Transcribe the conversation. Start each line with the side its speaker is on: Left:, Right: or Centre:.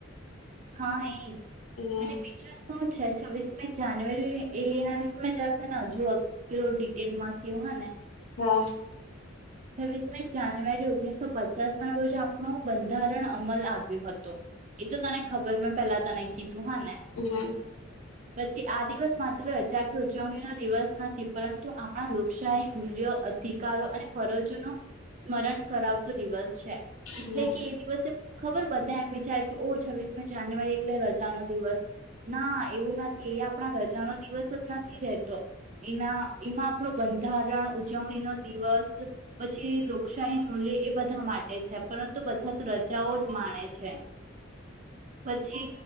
Right: હા એજ
Left: હમ
Right: અને બીજું અચ્છા છવ્વીસ મે જાન્યુઆરી એ એના વિશવ જશે ને હજુ <unintelligible> થયુ અને
Left: હા
Right: છવ્વીસ મી જાન્યુઆરી ઓગણીસો પચાસ ના રોજ આપણો બંધારણ અમલ આવ્યો હતો એ તો તને ખબર મેં પેલા તને કીધું હા ને
Left: હમ
Right: પછી આ દિવસ માત્ર હજાર ઉજવણી ના દિવસ નથી પરંતુ આપણા લોકશાહી લીઓ અધિકારો અને ફરોજો નું સ્મરણ કરાવતો દિવસ છે એટલે
Left: હમ
Right: કે એ દિવસે ખબર બધા એમ વિચાર કે ઓ છવ્વીસમી જાન્યુઆરી એટલે રજા નો દિવસ ના એવું નથી એ આપણા રજાનો દિવસ જ નથી રતો એના એમાં આપણો બંધારણ ઉજવણી નો દિવસ જે લોકશાહી મૂલ્ય એ બધા માટે છે પરંતુ બધા તો રજાઓ જ માણે છે પછી